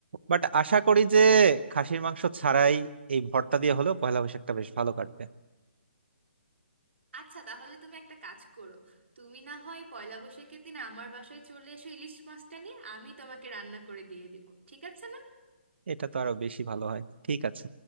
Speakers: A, on the right (about 65°); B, on the right (about 80°).
A: বাট আশা করি যে খাসির মাংস ছাড়াই এই ভর্তা দিয়ে হলেও পয়লা বৈশাখটা বেশ ভালো কাটবে
B: আচ্ছা তাহলে তুমি একটা কাজ করো তুমি না হয় পয়লা বৈশাখের দিন আমার বাসায় চলে এসো ইলিশ মাছটা নিয়ে আমি তোমাকে রান্না করে দিয়ে দিব ঠিক আছে না
A: এটা তো আরো বেশি ভালো হয় ঠিক আছে